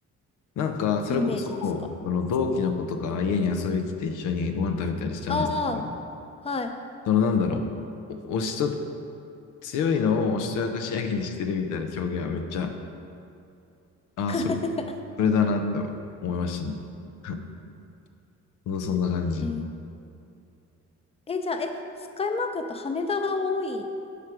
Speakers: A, on the left; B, on the left.
A: なんか、それこそ、
B: イメージですか
A: その同期の子とか家に遊びに来て一緒にご飯食べたりしたんですけど、
B: ああー、はい。
A: そのなんだろう、おおしと、強いのをおしとやかしやきにしてるみたいな表現はめっちゃ、ああ、
B: <laughs>
A: それ、それだなって思いましたね。<laughs> そうそんな感じ。
B: へえ、えじゃあ、え、スカイマークだと羽田が多い